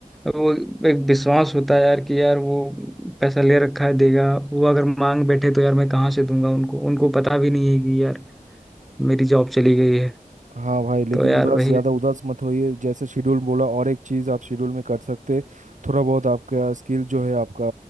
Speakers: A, in the centre; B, on the right.
A: वो एक विश्वास होता है यार कि यार वो पैसा ले रखा है देगा वो अगर मांग बैठे तो यार मैं कहाँ से दूंगा उनको उनको पता भी नहीं है कि यार मेरी जॉब चली गई है
B: हाँ भाई लेकिन
A: तो यार
B: उदास
A: वही
B: ज़्यादा उदास मत होइए जैसे शेड्यूल बोला और एक चीज़ आप शेड्यूल में कर सकते थोड़ा बहुत आपका स्किल जो है आपका